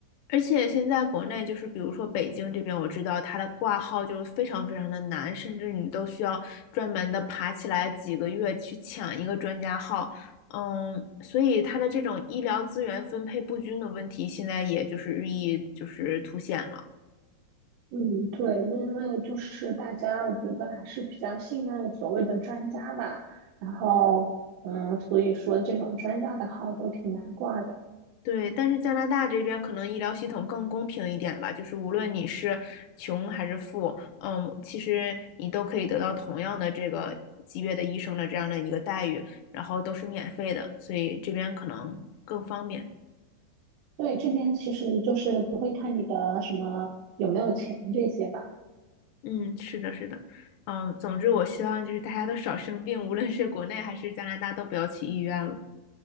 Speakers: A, on the left; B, on the right.
A: 而且现在国内就是，比如说北京这边，我知道它的挂号就是非常非常的难，甚至你都需要专门的爬起来几个月去抢一个专家号，嗯，所以它的这种医疗资源分配不均的问题，现在也就是日益就是凸显了。
B: 嗯，对，因为就是大家，我觉得还是比较信任所谓的专家吧。然后，嗯，所以说这种专家的号都挺难挂的。
A: 对，但是加拿大这边可能医疗系统更公平一点吧，就是无论你是穷还是富，嗯，其实你都可以得到同样的这个级别的医生的这样的一个待遇，然后都是免费的，所以这边可能更方便。
B: 对，这边其实就是不会看你的什么有没有钱这些吧。
A: 嗯，是的，是的，嗯，总之我希望就是大家都少生病，无论是国内还是加拿大都不要去医院了。